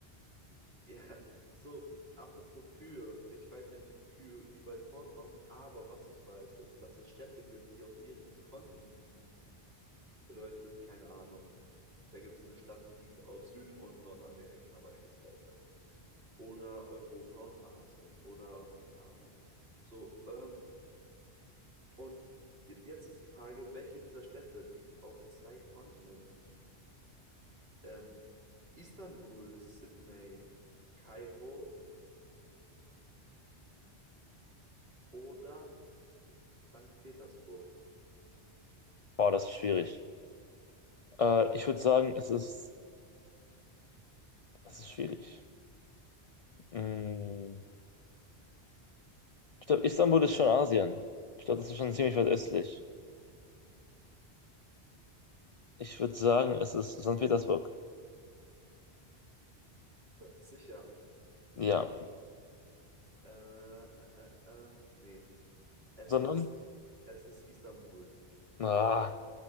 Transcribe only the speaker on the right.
<laughs> ja, so, apropos Kühe. Ich weiß gar nicht, wo Kühe überall vorkommen, aber was ich weiß, ist, dass es Städte gibt, die auf mehreren Kontinenten liegen. Bedeutet, keine Ahnung. Da gibt es eine Stadt, die liegt auf Süd- und Nordamerika beispielsweise. Oder Europa und Asien. Oder keine Ahnung. So, ähm, Und j- jetzt ist die Frage, welche dieser Städte liegt auf zwei Kontinenten? Ähm, Istanbul, Sydney, Kairo oder St. Petersburg?
Sicher.
Äh, äh, äh, äh, nee. Es
ist, es ist Istanbul.